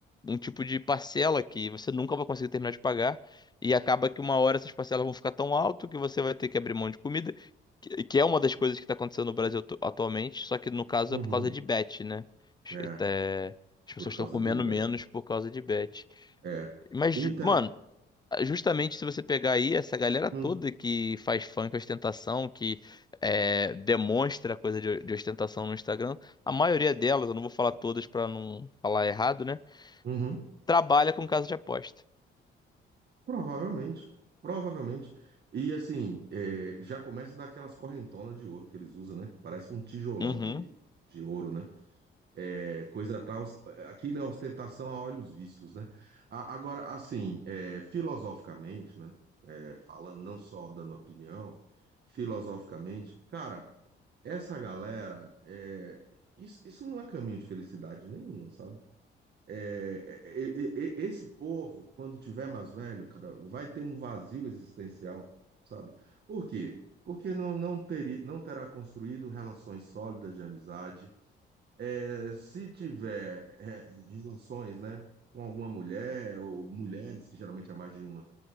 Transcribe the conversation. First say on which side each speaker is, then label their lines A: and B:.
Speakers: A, on the left; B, on the right.
A: um tipo de parcela que você nunca vai conseguir terminar de pagar e acaba que uma hora essas parcelas vão ficar tão alto que você vai ter que abrir mão de comida, que, que é uma das coisas que está acontecendo no Brasil atu- atualmente, só que no caso
B: Uhum,
A: é por causa de bet, né?
B: é,
A: É, as pessoas
B: por
A: estão
B: causa
A: comendo
B: de Bear.
A: menos por causa de bet.
B: É.
A: Mas,
B: E
A: ju-
B: o inter...
A: mano, justamente se você pegar aí essa galera toda
B: hum,
A: que faz funk ostentação, que é, demonstra coisa de, de ostentação no Instagram, a maioria delas, eu não vou falar todas para não falar errado, né?
B: uhum,
A: Trabalha com casa de aposta.
B: provavelmente. Provavelmente. E assim, é, já começa daquelas correntonas de ouro que eles usam, né? Parece um tijolão
A: Uhum,
B: de, de ouro, né? É coisa pra, os- aquilo é ostentação a olhos vistos, né? A- agora, assim, é, filosoficamente, né? É, falando não só dando opinião, filosoficamente, cara. Essa galera, é, isso, isso não é caminho de felicidade nenhum, sabe? É, é, é, é, é, esse povo, quando tiver mais velho, cara, vai ter um vazio existencial, sabe? Por quê? Porque não, não, teri, não terá construído relações sólidas de amizade. É, se tiver é, relações, né, com alguma mulher, ou mulheres, que geralmente é mais de uma,